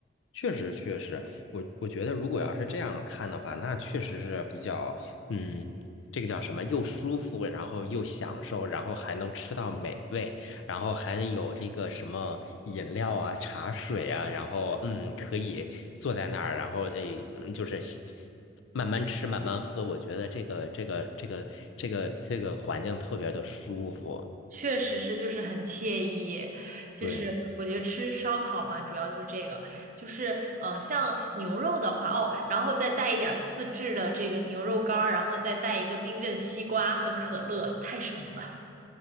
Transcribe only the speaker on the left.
确实确实，我我觉得如果要是这样看的话，那确实是比较，嗯，这个叫什么，又舒服，然后又享受，然后还能吃到美味，然后还有这个什么饮料啊、茶水啊，然后嗯，可以坐在那儿，然后哎，嗯就是吸慢慢吃、慢慢喝，我觉得这个这个这个这个这个环境特别的舒服。
对，